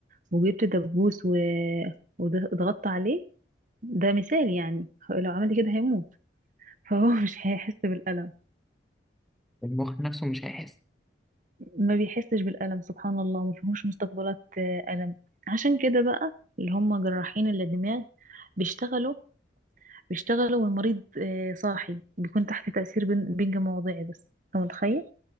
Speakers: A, on the right; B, in the centre.
A: وجبت دبوس و... وضغطت عليه ده مثال يعني لو عمل كده هيموت فهو <laughs> مش هيحس بالألم
B: المخ نفسه مش هيحس
A: ما بيحسش بالألم سبحان الله ما فيهوش مستقبلات آه، ألم عشان كده بقى اللي هم جراحين الدماغ بيشتغلوا بيشتغلوا والمريض آه، صاحي بيكون تحت تأثير بن- بنج موضعي بس انت متخيل